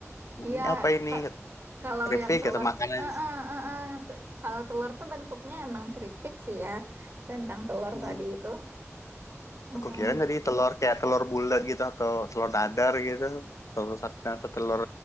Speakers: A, on the right; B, on the left.
A: Iya,
B: Ini apa ini?
A: ka-
B: Kata,
A: kalau
B: Keripik
A: yang telur,
B: kata makanan.
A: eh, eh, eh, eh. T- Kalau telur tuh bentuknya emang keripik sih ya, rendang telur
B: Hmm.
A: tadi itu. Mm-mm,
B: Aku kira tadi telur kayak telur bulat gitu atau telur dadar gitu. Telur sapi atau telur